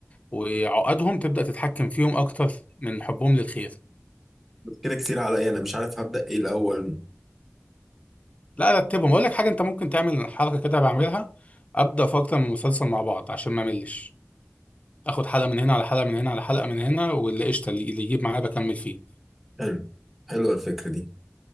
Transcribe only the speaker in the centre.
بس كده كتير عليا أنا مش عارف هبدأ إيه الأول
حلو حلوة الفكرة دي